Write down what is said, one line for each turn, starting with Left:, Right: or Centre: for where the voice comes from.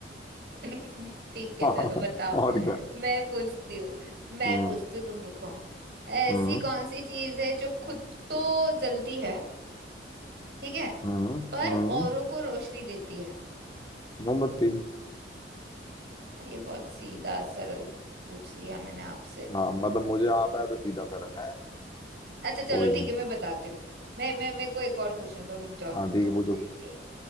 Right: <laughs> ठीक है
Left: <laughs>
Right: चलो बताओ
Left: और क्या
Right: मैं पूछती हूँ मैं
Left: हम्म
Right: पूछती हूँ तुम रुको ऐसी
Left: हम्म
Right: कौन सी चीज है जो खुद तो जलती है ठीक है
Left: हम्म
Right: पर
Left: हम्म
Right: औरों को रोशनी देती है
Left: मोमबत्ती
Right: हाँ, ये बहुत सीधा सरल पूछ लिया मैंने आपसे
Left: हाँ मतलब मुझे आता है तो सीधा सरल है
Right: अच्छा चलो
Left: कोई नहीं
Right: ठीक है
Left: कोई
Right: मैं बताती हूँ मैं मैं मेरे को एक और पूछने दो रुक जाओ
Left: नहीं।
Right: तुम
Left: हाँ ठीक
Right: तो
Left: है पूछो पूछो
Right: ए,